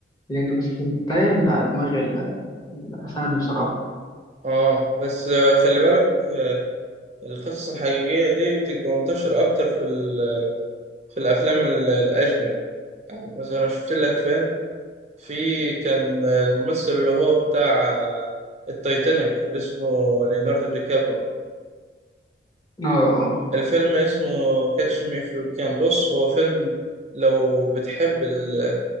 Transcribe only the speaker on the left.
يعني بس تايه من على دماغي ال- الاسامي بصراحه
اه اه